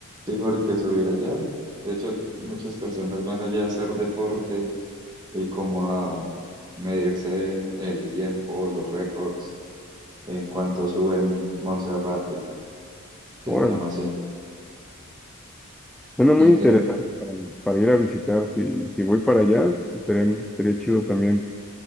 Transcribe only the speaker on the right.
Sí, porque subir allá. De hecho, muchas personas van allá a hacer deporte y como a medirse el tiempo, los récords en cuanto suben Monserrate, que
se llama así.
Y
ya,